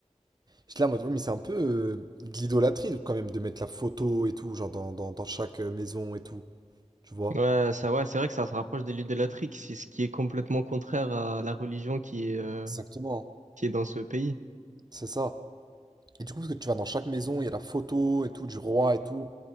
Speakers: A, on the right (about 35°); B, on the right (about 80°).
A: j'étais là en mode, ouais, mais c'est un peu euh, de l'idolâtrie de- quand même de mettre la photo et tout, genre dans, dans, dans chaque euh, maison et tout. Tu vois?
B: ouais, ça, ouais, c'est vrai que ça se rapproche de l'idolâtrie, qui- c'est ce qui est complètement contraire à la religion qui est, euh,
A: Exactement,
B: qui est dans ce pays.
A: c'est ça. Et du coup, parce que tu vas dans chaque maison, il y a la photo et tout, du roi et tout.